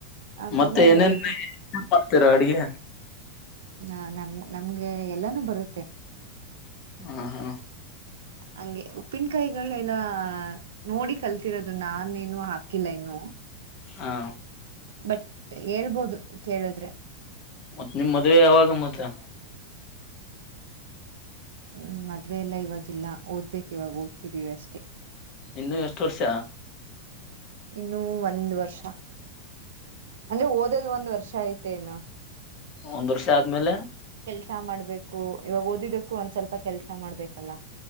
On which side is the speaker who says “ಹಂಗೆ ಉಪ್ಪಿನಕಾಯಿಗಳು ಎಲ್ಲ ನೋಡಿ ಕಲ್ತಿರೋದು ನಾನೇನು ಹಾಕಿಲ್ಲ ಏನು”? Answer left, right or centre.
Right